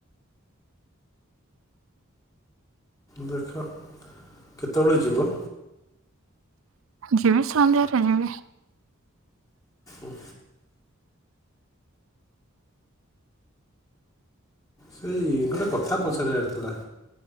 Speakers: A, on the left; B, on the right.
A: ଦେଖ କେତେବେଳେ ଯିବ?
B: ଯିବି ସନ୍ଧ୍ୟାରେ ଯିବି।
A: ହୁଁ। ସେଇ ଗୋଟେ କଥା ପଚାରିବାର ଥିଲା।